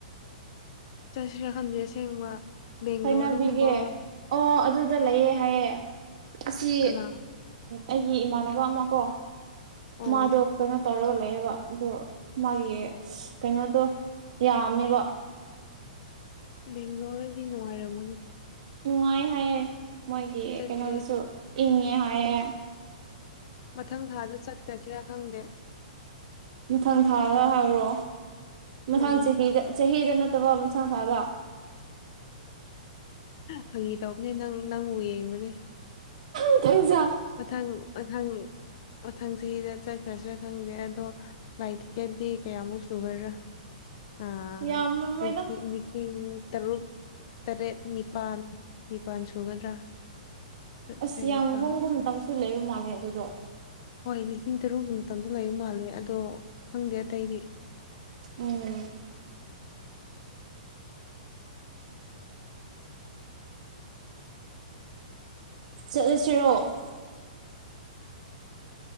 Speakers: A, on the left; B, on the right.
A: ꯆꯠꯁꯤꯔ ꯈꯟꯗꯦ ꯑꯁꯦꯡꯕ ꯕꯦꯡꯒ꯭ꯂꯣꯔꯒꯨꯝꯕ
B: ꯍꯅꯕꯤꯒꯦ ꯑꯣ ꯑꯗꯨꯗ ꯂꯩꯌꯦꯦ ꯍꯥꯏꯌꯦꯦ ꯑꯁꯤ
A: ꯀꯅꯥ
B: ꯑꯩꯒꯤ ꯏꯃꯥꯟꯅꯕ ꯑꯃ ꯀꯣ
A: ꯑꯣ
B: ꯃꯥꯗꯣ ꯀꯩꯅꯣ ꯇꯧꯔꯒ ꯂꯩꯌꯦꯕ ꯑꯗ ꯃꯥꯒꯤ ꯀꯩꯅꯣꯗꯣ ꯌꯥꯃꯦꯕ
A: ꯕꯦꯡꯒꯂꯣꯔꯗꯤ ꯅꯨꯡꯉꯥꯏꯔꯃꯅꯦ
B: ꯅꯨꯡꯉꯥꯏ ꯍꯥꯏꯑꯦ ꯃꯣꯏꯒꯤ
A: ꯆꯠꯁꯦ
B: ꯀꯩꯅꯣꯗꯨꯁꯨ ꯏꯪꯉꯦ ꯍꯥꯏꯑꯦ
A: ꯃꯊꯪ ꯊꯥꯗ ꯆꯠꯈ꯭ꯔꯁꯤꯔꯥ ꯈꯪꯗꯦ
B: ꯃꯊꯪ ꯊꯥꯗ ꯍꯥꯏꯕ꯭ꯔꯣ ꯃꯊꯪ
A: ꯎꯝ
B: ꯆꯍꯤꯗ ꯆꯍꯤꯗ ꯠꯇꯕ ꯑꯃꯁꯪ ꯊꯥꯒ
A: ꯐꯩ ꯇꯧꯕꯅꯦ ꯅꯪ ꯅꯪꯕꯨ ꯌꯦꯡꯕꯅꯦ
B: ꯃꯊꯪ ꯊꯥ
A: ꯃꯊꯪ ꯃꯊꯪ ꯃꯊꯪ ꯆꯍꯤꯗ ꯆꯠꯈ꯭ꯔꯁꯤ꯭ꯔꯥ ꯈꯪꯗꯦ ꯑꯗꯣ ꯂꯥꯏꯠ ꯇꯤꯀꯦꯗꯤ ꯀꯌꯥꯃꯨꯛ ꯁꯨꯒꯗ꯭ꯔꯥ ꯑꯥ
B: ꯌꯥꯝꯃꯝꯃꯣꯏꯗ
A: <unintelligible> ꯂꯤꯁꯤꯡ ꯇꯔꯨꯛ ꯇꯔꯦꯠ ꯅꯤꯄꯥꯜ ꯅꯤꯄꯥꯜ ꯁꯨꯒꯗ꯭ꯔꯥ ꯇꯔꯦꯠ
B: ꯑꯁ ꯌꯥꯝ
A: ꯅꯤꯄꯥꯜ
B: ꯍꯣꯡꯕ ꯃꯇꯝꯁꯨ ꯂꯩꯕ ꯃꯥꯜꯂꯦ ꯑꯗꯨꯗꯣ
A: ꯍꯣꯏ ꯂꯤꯁꯤꯡ ꯇꯔꯨꯛꯒꯤ ꯃꯇꯝꯗ ꯂꯩꯕ ꯃꯥꯜꯂꯦ ꯑꯗꯣ ꯈꯪꯗꯦ ꯑꯇꯩꯗꯤ
B: ꯎꯝ ꯆꯠꯂꯨꯁꯤꯔꯣ